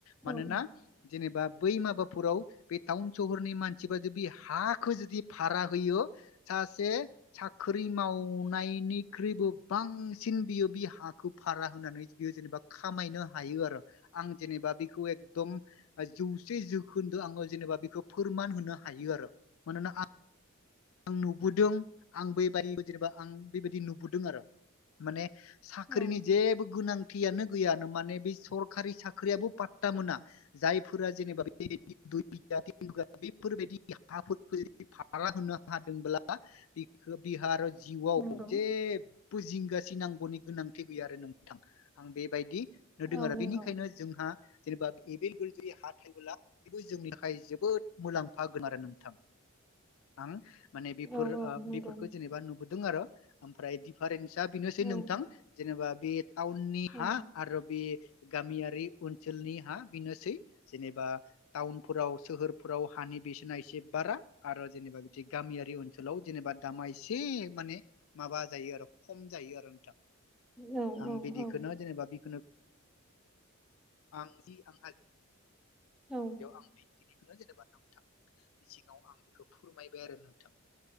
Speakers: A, on the left; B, in the centre.
A: मानोना
B: औ
A: जेनेबा बै माबाफोराव बे टाउन सहरनि मानसि बा <unintelligible> जुदि हाखौ जुदि भारा होयो सा से साख्रि मावनायनिख्रुइबो बांसिन बियो बि हाखौ भारा होनानै बियो जेनेबा खामायनो हायो आरो आं जेनेबा बेखौ एकदम जौसे जोखोन्दो आङो जेनेबा बेखौ फोरमान होनो हायो आरो मानोना आं आं नुबोदों आं बे बायदि जेनेबा आं बेबायदि नुबुदों आरो माने साख्रिनि
B: औ
A: जेबो गोनां फियानो गैयानो माने बे सरकारि साख्रियाबो पात्ता मोना जायफोरा जेनेबा बे <unintelligible> हादोंब्ला बिखौ बिहा आरो जिउआव
B: नंगौ
A: जे बु जिंगा सिनांगौनि गोनांथि गैया आरो नोंथां आं बेबायदि। नुदों
B: औ
A: आरो
B: नंगौ
A: बेनिखायनो जोंहा। जेनेबा एभेल <unintelligible> हा थायोबोला बेबो जोंनि थाखाय जोबोद मुलाम्फा गोनां आरो नोंथां।
B: <unintelligible>
A: आं माने बेफोर
B: औ औ
A: ओ
B: नंगौ
A: बेफोरखो जेनेबा नुबोदों आरो ओमफ्राय दिफारेन्ट सा बिनोसै
B: औ
A: नोंथां जेनेबा बे टाउननि
B: औ
A: हा आरो बे। गामियारि ओनसोलनि हा बेनोसै जेनेबा टाउनफोराव सोहोरफोराव हानि बिसोना एसे बारा आरो जेनेबा गामियारि ओनसोलाव जेनेबा दामा एसे माने माबा जायो आरो खम जायो आरो नोंथां।
B: औ
A: आं बिदिखोनो
B: औ
A: जेनेबा बि <unintelligible> आं जि आंहा
B: औ
A: बेयाव आं बेखिनिखोनो जेनेबा नोंथांनि सिगाङाव आं बेखौ फोरमाय बाय आरो नोंथां।